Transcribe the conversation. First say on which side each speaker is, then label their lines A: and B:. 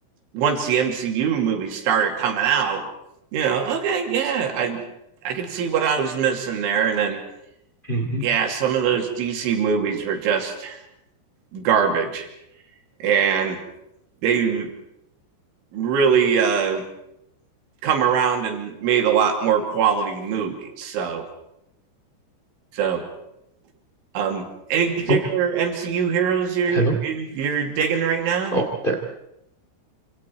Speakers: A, on the right; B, on the left.
A: once the MCU movies started coming out, you know, okay, yeah, I I could see what I was missing there and then
B: mm.
A: yeah, some of those DC movies were just garbage and they really uh come around and made a lot more quality movies. So, so um, any particular
B: Oh,
A: MCU heroes you're
B: hello.
A: you're digging right now?
B: Oh, there.